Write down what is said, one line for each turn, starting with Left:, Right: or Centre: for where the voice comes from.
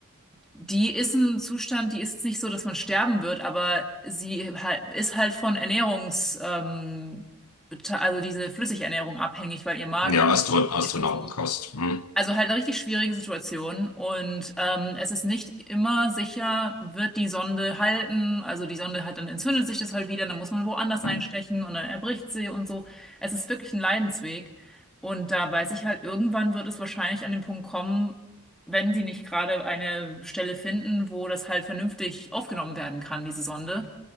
Centre: die ist im Zustand, die ist nicht so, dass man sterben wird, aber sie halt, ist halt von Ernährungs, ähm, bete- also diese Flüssigernährung abhängig, weil ihr Magen
Left: ja
Centre: nicht
Left: Astro Astronautenkost.
Centre: geht und so.
Left: Hm.
Centre: Also halt eine richtig schwierige Situation und ähm, es ist nicht immer sicher, wird die Sonde halten. Also die Sonde hat dann entzündet sich das halt wieder, dann muss man woanders
Left: Hm.
Centre: einstechen und dann erbricht sie und so. Es ist wirklich ein Leidensweg und da weiß ich halt, irgendwann wird es wahrscheinlich an den Punkt kommen, wenn sie nicht gerade eine Stelle finden, wo das halt vernünftig aufgenommen werden kann, diese Sonde,